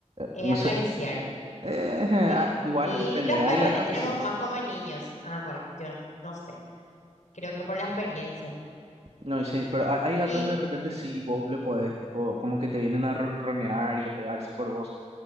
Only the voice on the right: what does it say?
No
sé, eh,
ah,
igual
depende,
hay gatos
que sí.
No, y sí, pero hay, hay gatos
que de repente sí, vos le podés, tipo, como que te vienen a ronronear y a pegarse por vos.